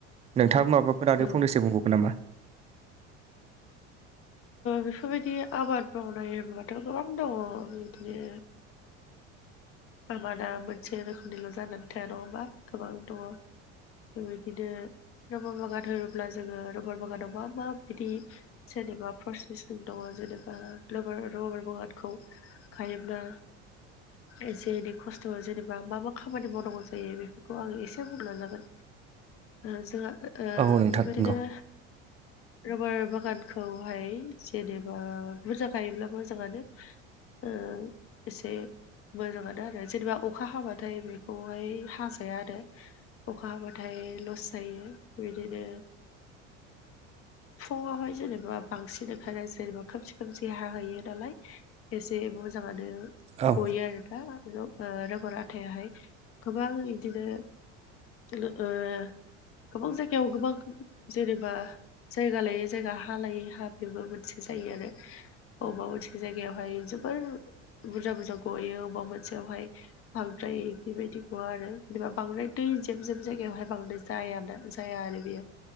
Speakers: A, on the right (about 20°); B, on the left (about 40°).
A: नोंथाङा माबाफोर आरो
B: औ
A: फंनैसो बुंबावगोन नामा
B: बेफोरबायदि आबाद मावनाय माबाथ' गोबां दङ बिदिनो आमादा मोनसे रोखोमनिल' जानानै थाया नङा होमा गोबां दङ बेबायदिनो रबार बागान होनोब्ला जोङो रबार बागानाव मा मा बिदि जेनेबा पारस्निसिं दङ जेनेबा रबार रबार बागानखौ खायोब्ला एसे एनै खस्थ' जेनेबा मा मा खामानि मावनांगौ जायो बेफोरखौ आङो एसे बुंलांजागोन जोंहा बेबायदिनो
A: औ नोंथां नंगौ
B: रबार बागानखौहाय जेनेबा बुरजा गायोब्ला मोजाङानो ओ एसे मोजाङानो आरो जेनेबा अखा हाबाथाय बेखौहाय हाजाया आरो अखा हाबाथाय लस जायो बिदिनो फुङावहाय जेनेबा बांसिन ओंखायनो जेनेबा खोमसि खोमसि हाहोयो नालाय एसे मोजाङानो
A: औ
B: गयो आरो दा रबर आथायाहाय गोबां बिदिनो ओ गोबां जायगायाव गोबां जेनेबा जायगा लायै जायगा हा लायै हा बेबो मोनसे जायो आरो अबेबा मोनसे जायगायावहाय जोबोर बुरजा बुरजा गयो अबेबा मोनसेयावहाय बांद्राय बेबायदि गवा आरो जेनेबा बांद्राय दै जेब जेब जायगायावहाय बांद्राय जाया ना जाया आरो बेयो